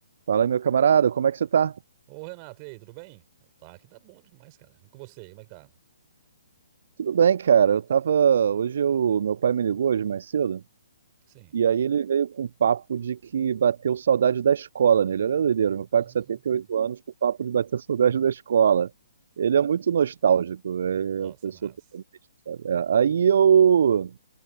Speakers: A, on the right; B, on the right.
A: Fala, meu camarada, como é que você tá?
B: Ô, Renato, e aí, tudo bem? Tá, aqui tá bom demais, cara. E com você, como é que tá?
A: Tudo bem, cara. Eu tava. Hoje eu... meu pai me ligou hoje mais cedo.
B: Sim.
A: E aí ele veio com um papo de que bateu saudade da escola nele. Olha a doideira, meu
B: Hum.
A: pai com 78 anos com papo de bater <laughs> saudade da escola. Ele é muito nostálgico, é
B: Nossa,
A: a pessoa
B: é massa.
A: totalmente, sabe? É, Aí eu.